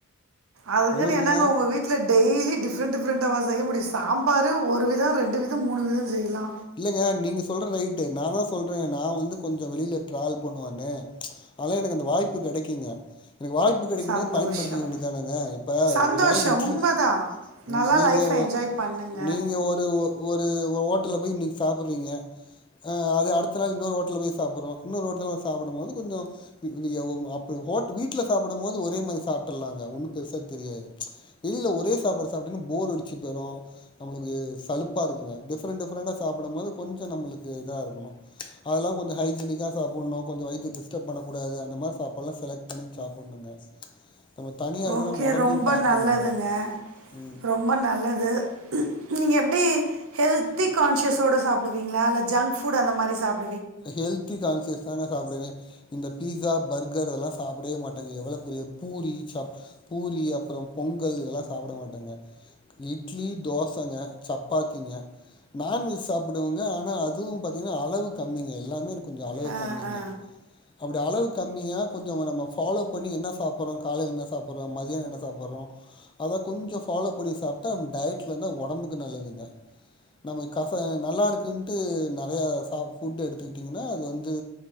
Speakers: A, on the right; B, on the left.
A: அதுக்குன்னு
B: உங்களுக்குங்க
A: என்னாங்க ஒங்க வீட் ல டெய்லி டிஃப்ரெண்ட் டிஃப்ரெண்ட்டாவா செய்ய முடியு சாம்பாரு ஒரு வித ரெண்டு வித மூணு வித செய்யலா
B: இல்லைங்க நீங்க சொல்ற ரைட்டு நான்தா சொல்றே நா வந்து கொஞ்ச வெளியில ட்ராவல் பண்ணுவனு ஆனா எனக்கு அந்த வாய்ப்பு கெடைக்குங்க எனக்கு வாய்ப்பு கெடைக்கும்
A: சந்தோஷம்
B: போது பயன்படுத்திக்க வேண்டியதானங்க இப்ப
A: சந்தோஷம்
B: உ கடையில இட்லி
A: உண்மைதான்
B: ம்
A: நல்லா
B: நீங்க
A: லைஃப்பை என்ஜாய் பண்ணுங்க
B: நீங்க ஒரு ஒ ஒரு ஹோட்டல்ல போய் இன்னைக்கு சாப்புறீங்க ஆ அது அடுத்த நா இன்னொரு ஓட்டல போய் சாப்பிட்றோ இன்னொரு ஓட்டலா போய் சாப்டும் போது கொஞ்ச <inaudible> அப்ப அ ஒ வீட்ல சாப்பிடும் போது ஒரே மாரி சாப்டர்லாங்க ஒண்ணு பெருசா தெரியாது வெளியில ஒரே சாப்பாடு சாப்ட போர்டிச்சு போரும் நம்மளுக்கு சலுப்பா இருக்குங்க டிஃப் டிஃப்ரெண்ட் டிஃரெண்டா சாப்டும்போது கொஞ்சோ நம்மளுக்கு இதா இருக்ணு அதெல்லா கொஞ்சோ ஹைஜீனிக்கா சாப்புணு கொஞ்சோ வயித்த டிஸ்டப் பண்ணகூடாது அந்த மாரி சாப்பாட்லா செலக் பண்ணி சாப்ணுங்க நம்ம தனியா இருக்னோ
A: ஓகே.
B: நம் ஒடம்பையு
A: ரொம்ப
B: பாத்துக்கணுங்க
A: நல்லதுங்க.
B: ம்
A: ரொம்ப நல்லது நீங்க எப்டி ஹெல்த் தி கான்சியஸோட சாப்டுவிங்களா இல்ல ஜங்க் ஃபூட் அந்த மாரி சாப்
B: ஹெல்தி கான்சியஸ் தாங்க சாப்டுவே இந்த பீஸா பர்கர் அதுல்லா சாப்டவே மாட்டாங்க எவ்ளோ பெரிய பூரி சப் பூரி அப்பறோ பொங்கல் இதெல்லா சாப்புட மாட்டங்க இட்லி தோசங்க சப்பாத்திங்க நான்வெஜ் சாப்டுவங்க ஆனா அதுவு பாத்தீங்கன்னா அளவு கம்மிங்க எல்லாமே எனக்கு கொஞ்சோ அளவு
A: ஆ,
B: கம்மிங்க
A: ஆ.
B: அப்டி அளவு கம்மியா கொஞ்சோ நம்ம ஃபாலோ பண்ணி என்னா சாப்ட்றோ காலையில என்னா சாப்ட்றோ மதியோ என்னா சாபுட்றோ சாப்டறோ அத கொஞ்சோ ஃபாலோ பண்ணி சாப்ட்டா டயட்ல இருந்த ஒடம்புக்கு நல்லதுங்க நம்ம கசயோ நல்லா இருக்குனுட்டு நறைய சாப் ஃபுட்டு் எடுத்துக்கிட்டிங்கன்னா அது வந்து